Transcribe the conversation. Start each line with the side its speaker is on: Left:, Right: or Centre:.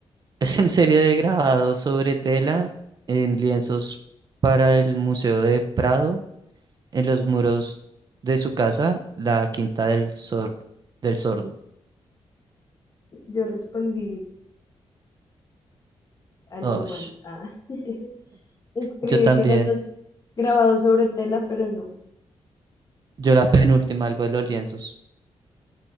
Right: Es en serie de grabado sobre tela en lienzos para el Museo de Prado, en los muros de su casa, la Quinta del, Sor- del Sordo.
Left: Yo respondí algo
Right: Osh,
Left: mal. Ah. <laughs> Escribí
Right: yo también.
Left: que eran los grabados sobre tela, pero no.
Right: Yo la penúltima, algo de los lienzos.